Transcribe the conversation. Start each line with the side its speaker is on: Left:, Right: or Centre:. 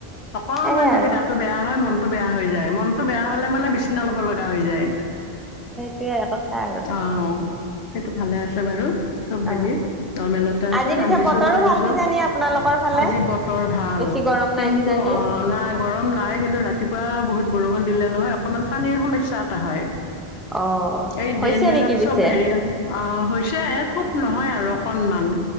Left: অকনমান
Centre: সেইয়াই
Left: যদি
Centre: আৰু
Left: গাটো বেয়া হয় মনটো বেয়া হৈ যায়, মনটো বেয়া হ'লে মানে বিচিনা ল'ব লগা হৈ যায়।
Centre: সেইটোয়ে কথা আৰু
Left: অ, সেইটো ভালে আছে বাৰু, চব হেৰি
Centre: অ অ
Left: নৰ্মেলতে আছোঁ
Centre: আজি পিছে
Left: ৰান্ধিছ-
Centre: বতৰো
Left: বাঢ়িছো।
Centre: ভাল কিজানি আপোনালোকৰ ফালে
Left: আজি বতৰ ভাল,
Centre: বেছি গৰম নাই
Left: কিন্তু
Centre: কিজানি
Left: আ, নাই গৰম নাই কিন্তু ৰাতিপুৱা বহুত বৰষুণ দিলে নহয়, অকনমান পানীৰ সমস্যা এটা হয়।
Centre: অ,
Left: এই
Centre: হৈছে
Left: ড্ৰেইনবিলাক
Centre: নেকি পিছে
Left: চব হেৰি, অ, হৈছে। খুব নহয় আৰু অকনমান।